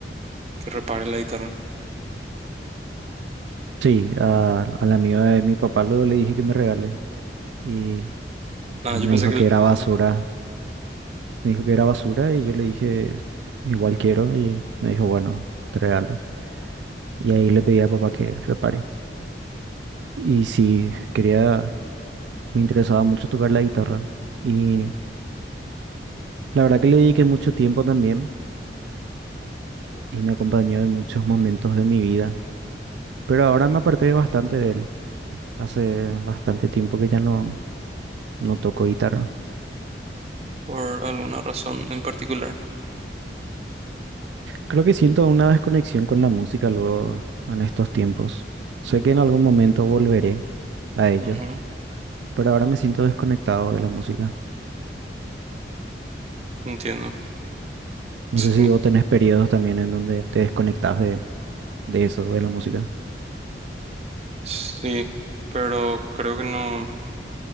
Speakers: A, on the right (about 35°); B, on the right (about 75°).
A: que repare la guitarra.
B: Sí, a- al amigo de mi papá luego le dije que me regale y
A: Ah,
B: él
A: yo
B: me
A: pensé
B: dijo
A: que
B: que era basura Me dijo que era basura y yo le dije, igual quiero. Y me dijo, bueno, te regalo. Y ahí le pedí a papá que repare. Y sí, quería, me interesaba mucho tocar la guitarra. Y la verdad que le dediqué mucho tiempo también y me acompañó en muchos momentos de mi vida. Pero ahora me aparté bastante de él. Hace bastante tiempo que ya no, no toco guitarra.
A: por alguna razón en particular.
B: Creo que siento una desconexión con la música luego en estos tiempos. Sé que en algún momento volveré a ello
A: Ujú,
B: pero ahora me siento desconectado de la música.
A: Entiendo.
B: No
A: Sí,
B: sé si vos tenés periodos también en donde te desconectás de, de eso, de la música.
A: sí, pero creo que no,